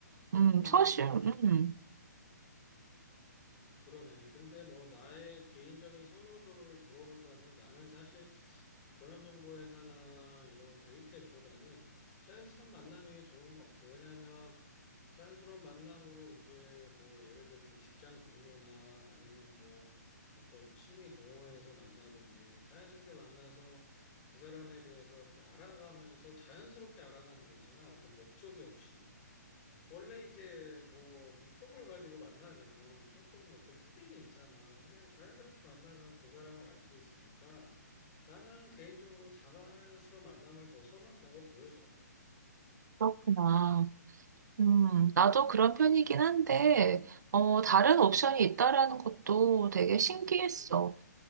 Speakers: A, on the right; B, on the left.
A: 음,
B: 음.
A: 사실, 음,
B: 그러네. 근데 뭐 나의 개인적인 선호도를 물어본다면 나는 사실 결혼정보회사나 이런 데이트 앱보다는 자연스러운 만남이 좋은 것 같아요. 왜냐하면 자연스러운 만남으로 이제 뭐 예를 들면 직장 동료나 아니면 뭐 어떤 취미 동호회에서 만나든지 자연스럽게 만나서 그 사람에 대해서 이렇게 알아가면서 자연스럽게 알아가는 거 있잖아. 어떤 목적이 없이. 원래 이제 뭐 목적을 가지고 만나면 조금 어떤 꾸밈이 있잖아. 근데 자연스럽게 만나면 그 사람을 알 수 있으니까 나는 개인적으로 자연스러운 만남을 더 선호한다고 보여져.
A: 그렇구나. 음,
B: 음,
A: 나도 그런 편이긴 한데, 어, 다른
B: 음,
A: 옵션이 있다라는 것도 되게 신기했어.
B: 음,